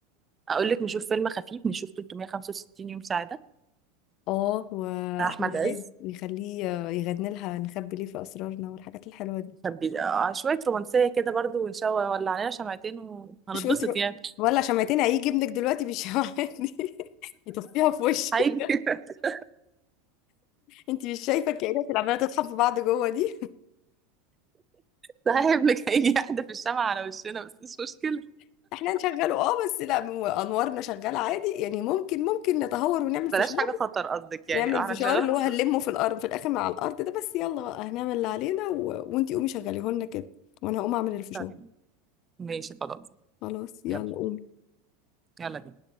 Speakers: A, on the right (about 20°); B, on the left (about 55°).
A: اقول لك نشوف فيلم خفيف نشوف 365 يوم سعاده
B: اه واحمد
A: بتاع احمد عز
B: عز يخليه آه، يغني لها نخبي ليه في اسرارنا والحاجات الحلوه دي
A: كان بي- آه، شويه رومانسيه كده برضو وان شاء الله ولع علينا شمعتين وهنتبسط
B: شاطر
A: يعني
B: ولا شمعتين هيجي ابنك دلوقتي بالشمعات دي <laughs> يطفيها في وشك
A: هيجي <laughs>
B: انت مش شايفه الكائنات اللي عماله تطحن في بعض جوه دي
A: صاحب لك هيجي يحدف الشمعة على وشنا بس مش مشكله
B: <laughs> احنا هنشغله اه بس لا هو انوارنا شغاله عادي يعني ممكن ممكن نتهور ونعمل فشار
A: بلاش حاجة خطر قصدك يعني
B: نعمل
A: اه
B: فشار
A: هنشغله
B: اللي
A: بس
B: هو هنلمه في الارض في الاخر مع الارض ده بس يلا بقى هنعمل اللي علينا و... وانتي قومي شغليه لنا كده وانا هقوم اعمل الفشار
A: طيب ماشي خلاص
B: خلاص يلا
A: يلا
B: قومي
A: يلا بينا